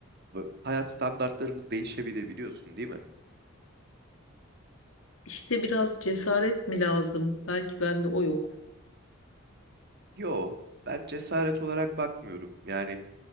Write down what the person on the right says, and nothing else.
bu- hayat standartlarımız değişebilir biliyorsun değil mi?
Yo ben cesaret olarak bakmıyorum. Yani